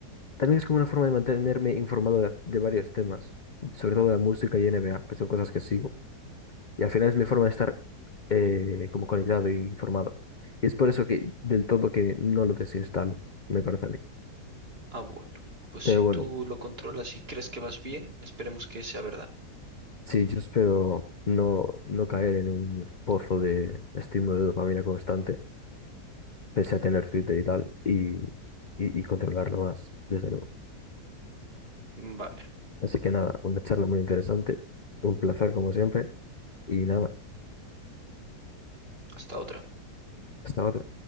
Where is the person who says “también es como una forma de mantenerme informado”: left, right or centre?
Left